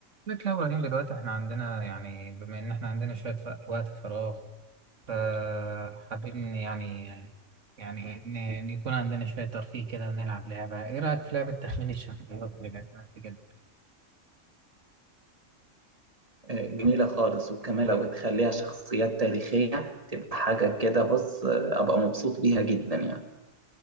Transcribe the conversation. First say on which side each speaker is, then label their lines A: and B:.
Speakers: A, on the right; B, on the right.
A: لك يا إبراهيم دلوقتي احنا عندنا يعني بما إن احنا عندنا شوية ف- وقت فراغ فحابين يعني يعني إن إن يكون عندنا شوية ترفيه كده ونلعب لعبة إيه رأيك في لعبة تخمين الشخصيات اللي لعبناها قبل كده؟
B: جميلة خالص وكمان لو تخليها شخصيات تاريخية تبقى حاجة كده بص أبقى مبسوط بيها جدا يعني